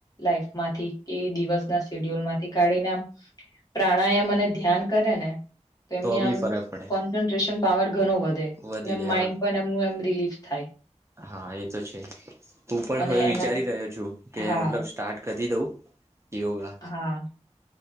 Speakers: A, on the left; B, on the right.
A: લાઈફ માંથી કે દિવસ ના શેડ્યુલ માંથી કાઢીને આમ પ્રાણાયામ અને ધ્યાન કરે ને તો એમની આમ
B: બી ફરક પડે
A: કોન્સન્ટ્રેશન પાવર ઘણો વધે,
B: વધી
A: અને
B: જાય
A: માઇન્ડ પણ એમનું એમ રિલીફ થાય
B: હા એ તો છે, હું પણ
A: અને
B: હવે વિચારી
A: એના
B: રહ્યો છું કે
A: હા
B: મતલબ સ્ટાર્ટ કદી દઉં. યોગા
A: હા.